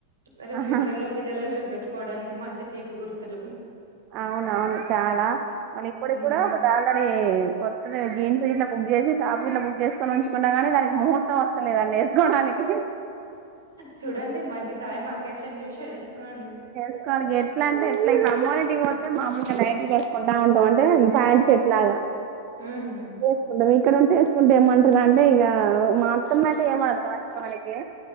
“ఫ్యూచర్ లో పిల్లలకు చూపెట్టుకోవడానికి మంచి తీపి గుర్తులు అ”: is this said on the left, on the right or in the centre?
Right